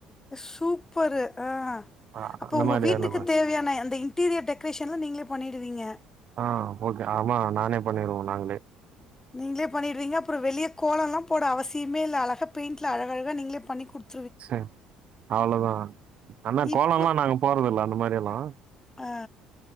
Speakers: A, on the left; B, on the right.
A: சூப்பரு ஆ
B: ஆ
A: அப்போ
B: அந்த
A: ஒங்க
B: மாரி
A: வீட்டுக்கு
B: வேலதா
A: தேவையான அந்த இன்டீரியர் டெக்கரேஷன்லா நீங்களே பண்ணிடுவீங்க.
B: ஆ ஓகே ஆமா நானே பண்ணிருவோ நாங்களே
A: நீங்களே பண்ணிடுறீங்க அப்பறொ வெளிய கோலோல்லா போட அவசியமே இல்ல அழகா பெயிண்ட்ல அழகழகா நீங்களே பண்ணி குடுத்
B: சர் அவ்ளோதா ஆனா
A: இப்போ
B: கோலோல்லா நாங்க போட்ரது இல்ல அந்த மாரியெல்லா
A: அ